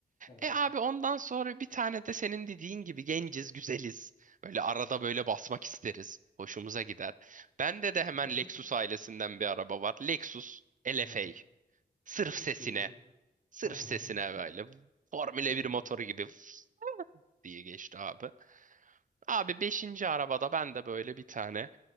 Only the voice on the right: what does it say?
E abi ondan sonra bir tane de senin dediğin gibi genciz, güzeliz. Böyle arada böyle basmak isteriz. Hoşumuza gider. Bende de hemen
Lexus ailesinden bir araba var. Lexus LFA.
Sırf
sesine. Sırf
sesine böyle. Formüle
bir motoru gibi <sniffs> diye geçti abi. Abi beşinci arabada ben de böyle bir tane